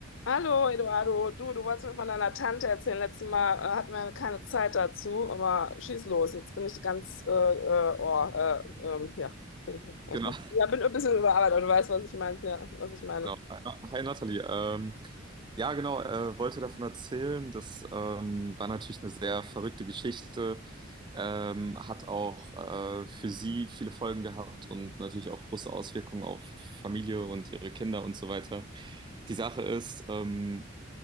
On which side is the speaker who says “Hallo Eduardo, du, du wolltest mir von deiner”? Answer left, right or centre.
Left